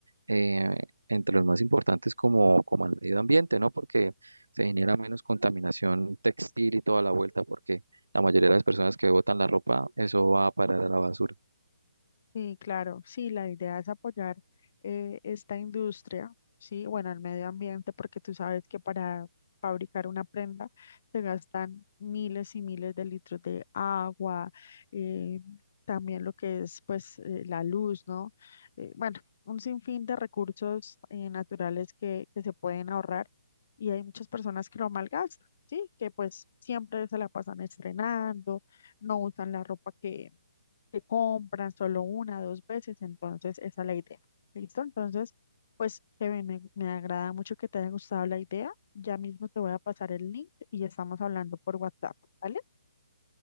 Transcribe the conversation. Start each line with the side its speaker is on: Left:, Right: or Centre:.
Right: eh, entre los más importantes como, como el medio ambiente, ¿no? Porque se genera menos contaminación textil y toda la vuelta porque la mayoría de las personas que botan la ropa, eso va a parar a la basura.
Left: Sí, claro, sí, la idea es apoyar eh, esta industria, sí, bueno, el medio ambiente, porque tú sabes que para fabricar una prenda se gastan miles y miles de litros de agua, eh, también lo que es pues eh, la luz, ¿no? Eh, bueno, un sinfín de recursos eh, naturales que, que se pueden ahorrar y hay muchas personas que lo malgastan, sí, que pues siempre se la pasan estrenando, no usan la ropa que compran solo una, dos veces, entonces esa es la idea. ¿Listo? Entonces, pues, Kevin, me, me agrada mucho que te haya gustado la idea. Ya mismo te voy a pasar el link y estamos hablando por WhatsApp, ¿vale?